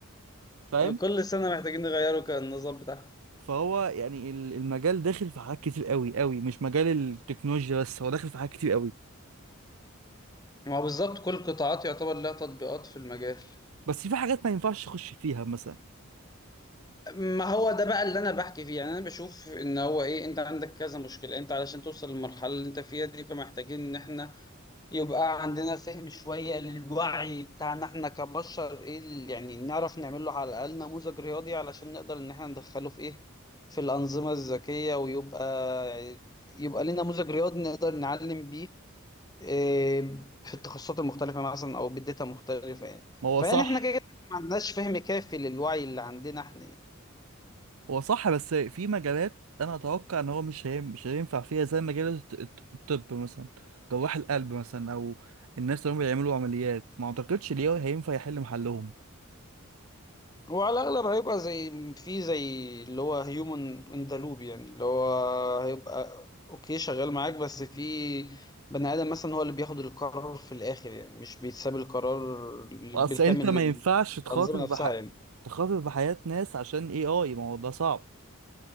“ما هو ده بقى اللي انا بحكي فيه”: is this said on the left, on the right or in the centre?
Left